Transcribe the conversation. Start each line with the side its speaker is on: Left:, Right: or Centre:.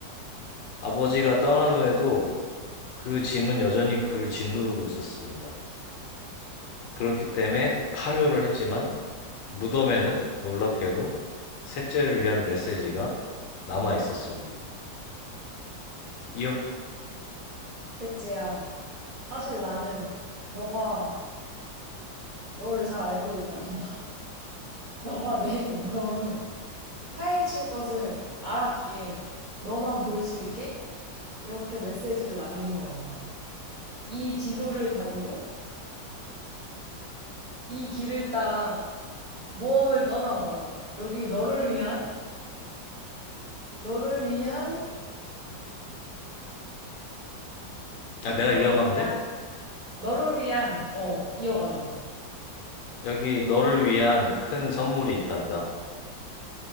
Left: 아버지가 떠난 후에도 그 짐은 여전히 그를 짓누르고 있었습니다. 그렇기 때문에 파묘를 했지만 무덤에는 놀랍게도 셋째를 위한 메시지가 남아 있었습니다. 이어,
Right: 셋째야 사실 나는 너가 너를 잘 알고 있단다. <laughs> 너가 내 무덤을 파헤칠 것을 알았기에 너만 볼 수 있게 이렇게 메시지를 남긴 거란다. 이 지도를 가지고 이 길을 따라 모험을 떠나거라. 여기 너를 위한, 너를 위한,
Left: 아, 내가
Right: 너를
Left: 이어가면
Right: 위한,
Left: 돼?
Right: 너를 위한, 어, 이어가죠.
Left: 여기 너를 위한 큰 선물이 있단다.